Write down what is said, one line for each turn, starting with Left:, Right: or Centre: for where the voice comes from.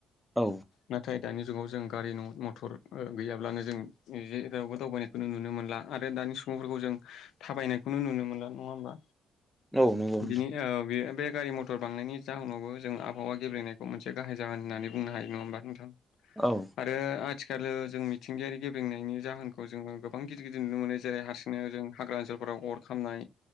Centre: औ
Left: नाथाय दानि जुगाव जों गारि न मथर ओ गैयाब्लानो जों जेरावबो दावबायनायखौ नुनो मोनला आरो दानि सुबुंफोरखौ जों थाबायनायखौनो नुनो मोनला। नङा होमबा?
Centre: औ नंगौ
Left: बिनि ओ बियो बे गारि मटर बांनायनि जाहोनावबो जों आबहावा गेब्रेंनायखौ मोनसे गाहाय जाहोन होननानै बुंनो हायो। नङा होमबा नोंथां?
Centre: नोंथां औ
Left: आरो आ थिखाल जों मिथिंगायारि ग्रेब्रेंनायनि जाहोनखौ जोङो गोबां गिदिर गिदिर नुनो मोनो। जेरै हारसिंनो जों हाग्रा ओनसोल फोराव अर खामनाय